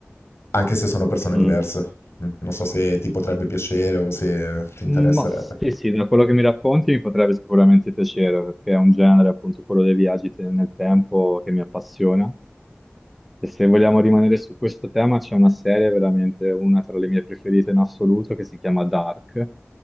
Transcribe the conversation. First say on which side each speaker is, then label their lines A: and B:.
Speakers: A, on the left; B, in the centre.
A: anche se sono persone
B: Mhm.
A: diverse. Mh, non so se ti potrebbe piacere o se ti interesserebbe.
B: Mhm. Ma sì, sì, da quello che mi racconti mi potrebbe sicuramente piacere, perché è un genere, appunto, quello dei viaggi te- nel tempo che mi appassiona E se vogliamo rimanere su questo tema, c'è una serie veramente una tra le mie preferite in assoluto che si chiama Dark,